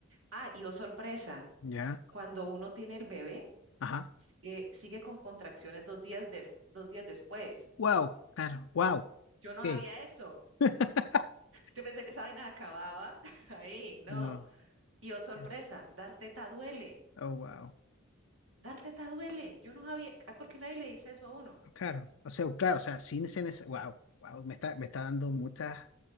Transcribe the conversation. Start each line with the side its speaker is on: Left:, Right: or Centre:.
Right: Ah, y oh sorpresa,
Left: Ya.
Right: cuando uno tiene el bebé,
Left: Ajá.
Right: sigue, sigue con contracciones dos días, des- dos días después.
Left: Wow. Claro. Wow.
Right: Yo no
Left: Ok.
Right: había eso.
Left: <laughs>
Right: Yo pensé que esa vaina acababa <laughs> ahí, no.
Left: No.
Right: Y oh, sorpresa,
Left: eh,
Right: dar teta duele.
Left: Oh, wow.
Right: Dar teta duele. Yo no sabía, ay, ¿por qué nadie le dice eso a uno?
Left: Claro. O sea, claro, o sea, sin ser Wow. Wow. Me está, me está dando mucha,